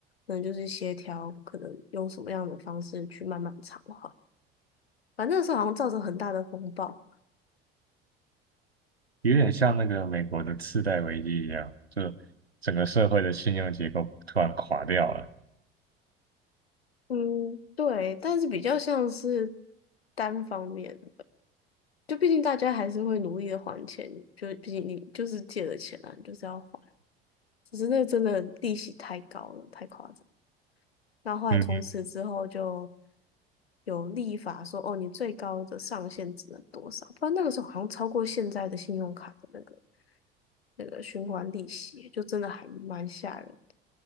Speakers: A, on the left; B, on the right.
A: 可能就是协调，可能用什么样的方式去慢慢偿还，反正那时候好像造成很大的风暴。
B: 有点像那个美国的次贷危机一样，就整个社会的信用结构突然垮掉了。
A: 嗯，对，但是比较像是单方面的，就毕竟大家还是会努力的还钱，就毕竟你就是借了钱啊，你就是要还。只是那真的利息太高了，太夸张。那后来从此之后就
B: 嗯。
A: 有立法说，哦，你最高的上限只能多少？不然那个时候好像超过现在的信用卡的那个那个循环利息，就真的还蛮吓人的。